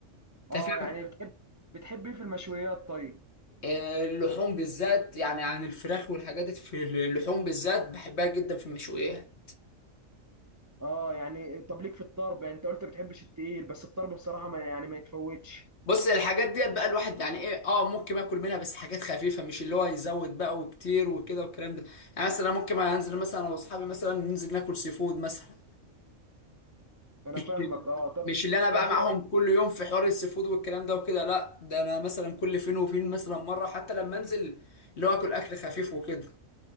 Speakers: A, on the right; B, on the left.
A: اه
B: انت فاهم
A: يعني بتحب بتحب ايه في المشويات طيب
B: آه، اللحوم بالذات يعني عن الفراخ والحاجات دي في اللحوم بالذات بحبها جدا في المشويات
A: اه يعني طب ليك في الطرب يعني انت قلت ما بتحبش التقيل بس الطرب بصراحه ما يعني ما يتفوتش
B: بص الحاجات ديت بقى الواحد يعني ايه اه ممكن اكل منها بس حاجات خفيفه مش اللي هو يزود بقى وكتير وكده والكلام ده يعني مثلا ممكن انزل مثلا انا واصحابي مثلا ننزل ناكل سي فود مثلا
A: انا
B: مش
A: فاهمك اه طب
B: مش اللي انا بقى
A: طب
B: معاهم كل يوم في حوار السي فود والكلام ده وكده لا ده انا مثلا كل فين وفين مثلا مره حتى لما انزل اللي هو اكل اكل خفيف وكده